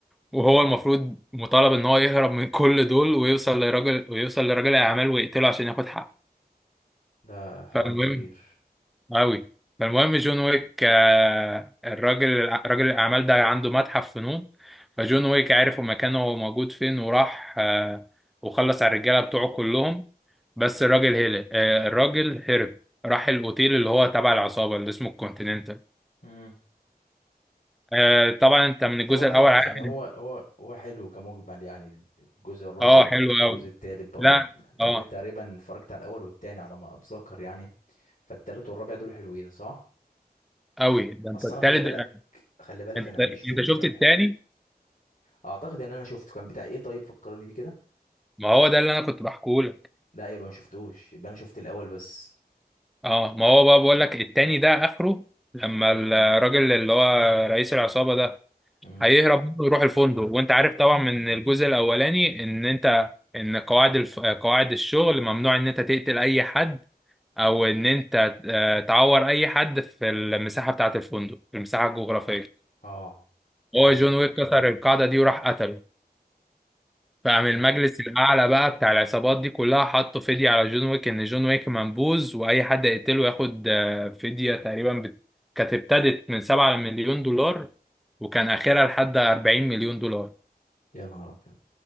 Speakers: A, in the centre; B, on the left.
A: وهو المفروض مطالب ان هو يهرب من كل دول ويوصل لرجل ويوصل لرجل الاعمال ويقتله عشان ياخد حقه
B: ده
A: فالمهم
B: حوار كبير
A: أوي فالمهم جون ويك آه، الراجل راجل الأعمال ده عنده متحف فنون فجون ويك عرف مكانه موجود فين وراح آه، وخلص على الرجالة بتوعه كلهم بس الراجل هرب الراجل هرب راح الأوتيل اللي هو تبع العصابة اللي اسمه الكونتيننتال
B: امم
A: آه، طبعا أنت من الجزء
B: بس هو حلو
A: الأول عارف
B: يعني
A: إن-
B: هو هو هو حلو كمجمل يعني الجزء الرابع
A: اه
B: والجزء
A: حلو أوي
B: التالت برضه
A: لا
B: لان
A: اه
B: انا تقريبا اتفرجت على الاول والتاني على ما اتذكر يعني فالتالت والرابع دول حلوين صح
A: أوي ده أنت
B: اصل
A: التالت
B: انا خلي بالك
A: آه،
B: خلي بالك
A: أنت
B: انا ماليش
A: أنت
B: في ال...
A: شفت التاني
B: اعتقد ان انا شفته كان بتاع ايه طيب فكرني بيه كده
A: ما هو ده اللي أنا كنت بحكيه
B: لا يبقى ما شفتوش يبقى انا شفت الاول بس
A: اه ما هو بقى بقول لك التاني ده اخره لما الراجل اللي هو رئيس العصابة ده
B: امم
A: هيهرب منه ويروح الفندق وانت عارف طبعا من الجزء الاولاني ان انت ان قواعد الف... قواعد الشغل ممنوع ان انت تقتل اي حد او ان انت آه، تعور اي حد في المساحة بتاعة الفندق في المساحة الجغرافية
B: اه ده
A: هو
B: حقيقي
A: جون ويك كسر القاعدة دي وراح قتله فقام
B: ده
A: المجلس
B: كده
A: الأعلى بقى بتاع العصابات دي كلها حطوا فدية على جون ويك إن جون ويك منبوذ وأي حد يقتله ياخد آه، فدية تقريبا بت... كانت ابتدت من 7 مليون دولار وكان آخرها لحد 40 مليون دولار
B: يا نهار أبيض